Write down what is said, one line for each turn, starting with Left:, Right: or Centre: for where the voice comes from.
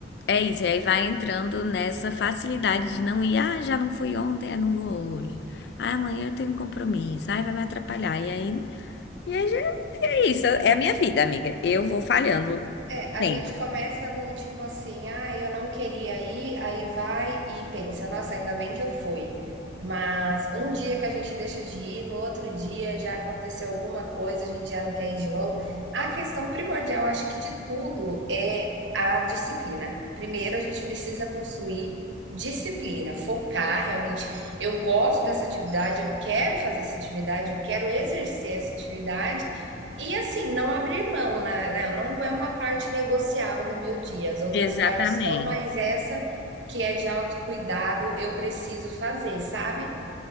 Left: é isso, e aí vai entrando nessa facilidade de não ir, ah, já não fui ontem, eu não vou hoje. Ah, amanhã eu tenho um compromisso, ai, vai me atrapalhar. E aí, e aí já é isso, é a minha vida, amiga. Eu vou falhando
Right: É, a
Left: sempre.
Right: gente começa no tipo assim, ah, eu não queria ir, aí vai e pensa, nossa, ainda bem que eu fui. Mas um dia que a gente deixa de ir, no outro dia já aconteceu alguma coisa, a gente já não quer ir de novo. A questão primordial, acho que de tudo, é a disciplina. Primeiro, a gente precisa construir disciplina, focar realmente. Eu gosto dessa atividade, eu quero fazer essa atividade, eu quero exercer essa atividade. E assim, não abrir mão, né, né, não é uma parte negociável no meu dia, as outras
Left: Exatamente.
Right: partes são, mas essa que é de autocuidado, eu preciso fazer, sabe.